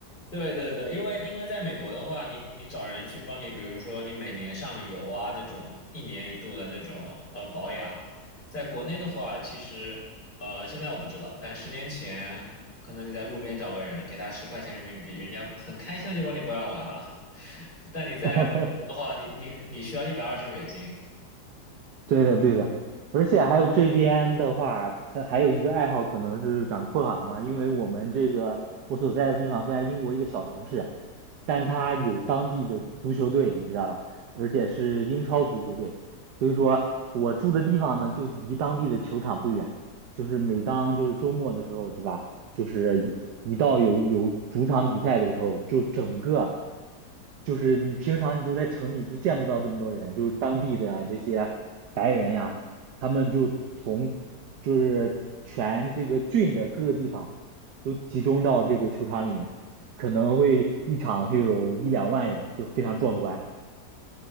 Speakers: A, on the left; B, on the right.
A: 对对对，因为因为在美国的话，你你找人去帮你，比如说你每年上个油啊那种一年一度的那种呃保养，在国内的话，其实呃现在我不知道，但十年前可能你在路边找个人给他十块钱人民币，人家很开心的就帮你保养完了。<laughs> 但你在美国的话，
B: <laughs>
A: 你你你需要一百二十美金，
B: 对的，对的，而且还有这边的话，它还有一个爱好可能是讲困的嘛，因为我们这个我所在的地方虽然英国一个小城市，但它有当地的足球队，你知道吧？而且是英超足球队，所以说我住的地方呢就离当地的球场不远，就是每当就是周末的时候，是吧？就是一一到有有主场比赛的时候，就整个。就是你平常你都在城里都见不到这么多人，就是当地的呀这些白人呀，他们就从就是全这个郡的各个地方都集中到这个球场里面，可能会一场就有一两万人，就非常壮观，